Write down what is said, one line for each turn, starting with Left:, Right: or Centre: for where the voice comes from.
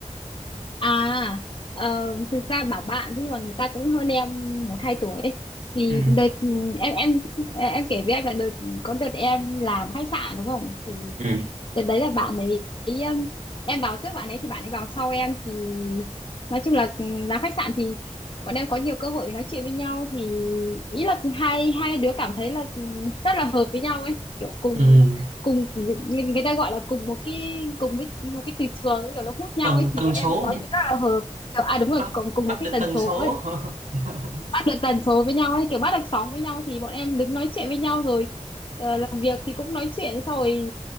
Left: à, ờ, thực ra bảo bạn thế nhưng mà người ta cũng hơn em một hai tuổi ấy. Thì
Right: Ừ.
Left: đợt em em em kể với anh là đợt có đợt em làm khách sạn đúng không? Thì
Right: Ừ.
Left: Đợt đấy là bạn ấy ý, um, em vào trước bạn ấy thì bạn ấy vào sau em thì nói chung là ừm, làm khách sạn thì bọn em có nhiều cơ hội nói chuyện với nhau thì ý là hai hai đứa cảm thấy là ừm, rất là hợp với nhau ấy kiểu cùng
Right: Ừ.
Left: cùng thì người, người ta gọi là cùng một cái cùng với một cái từ trường ấy kiểu nó hút nhau
Right: Tần
Left: ấy thì
Right: tần
Left: bọn
Right: số
Left: em nói chuyện rất là hợp kiểu, à đúng rồi
Right: bắt
Left: cùng cùng
Right: bắt
Left: một cái
Right: được
Left: tần
Right: tần
Left: số
Right: số
Left: ấy
Right: <laughs>
Left: bắt được tần số với nhau ấy kiểu bắt được sóng với nhau thì bọn em đứng nói chuyện với nhau rồi ờ, làm việc thì cũng nói chuyện xong rồi